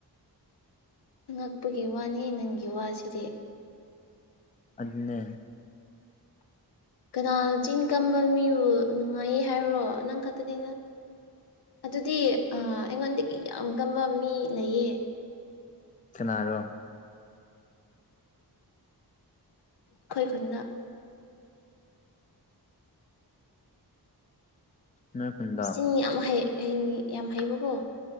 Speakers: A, on the left (about 75°); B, on the left (about 20°).
A: ꯑꯉꯛꯄꯒꯤ ꯋꯥꯅꯦ ꯅꯪꯒꯤ ꯋꯥꯁꯤꯗꯤ
B: ꯑꯗꯨꯅꯦ
A: ꯀꯅꯥꯅ ꯆꯤꯡ ꯀꯝꯕ ꯃꯤꯕꯨ ꯅꯨꯡꯉꯥꯏꯌꯦ ꯍꯥꯏꯕꯔꯣ ꯅꯪ ꯈꯠꯇꯅꯤꯗ ꯑꯗꯨꯗꯤ ꯑ ꯑꯩꯉꯣꯟꯗꯒꯤ ꯌꯥꯝ ꯀꯝꯕ ꯃꯤ ꯂꯩꯌꯦ
B: ꯀꯅꯥꯔꯣ
A: ꯈꯣꯏ ꯈꯨꯟꯅ
B: ꯅꯣꯏ ꯈꯨꯟ
A: ꯆꯤꯟ ꯌꯥꯝ ꯍꯩ ꯍꯩꯉꯤ ꯌꯥꯝ ꯍꯩꯕꯣꯀꯣ